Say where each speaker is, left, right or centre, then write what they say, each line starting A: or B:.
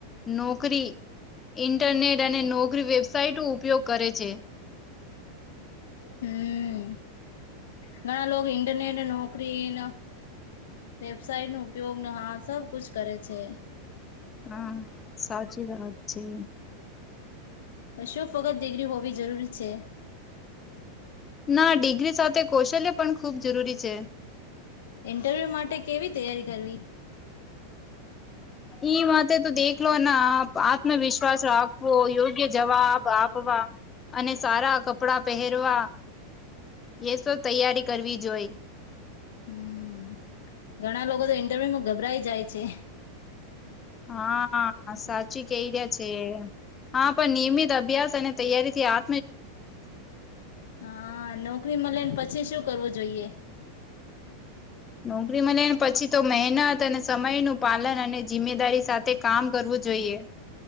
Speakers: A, on the left; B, on the left.
A: નોકરી ઇન્ટરનેટ અને નોકરી વેબસાઇટ ઉપયોગ કરે છે.
B: હમ. ઘણા લોક ઇન્ટરનેટ નોકરીન વેબસાઇટનો ઉપયોગને હા સબકુછ કરે છે.
A: હા સાચી વાત છે.
B: શું ફક્ત દિગરી હોવી જરૂરી છે?
A: ના ડિગ્રી સાથે કૌશલ્ય પણ ખૂબ જરૂરી છે.
B: ઇન્ટરવ્યુ માટે કેવી તૈયારી કરવી?
A: ઈ માટે તો દેખલોના આત્મવિશ્વાસ રાખવો યોગ્ય જવાબ આ આપવા અને સારા કપડા પહેરવા એસો તૈયારી કરવી જોઈ
B: હમ ઘણા લોકોતો ઇન્ટરવ્યુમાં ગભરાઈ જાય છે.
A: હા સાચી કહી રહ્યા છે. હા પણ નિયમિત અભ્યાસ અને તૈયારીથી આ
B: હા નોકરી મલેને પછી શું કરવો જોઈએ?
A: નોકરી મલેને પછી તો મહેનત અને સમયનું પાલન અને જિમ્મેદારી સાથે કામ કરવું જોઈએ.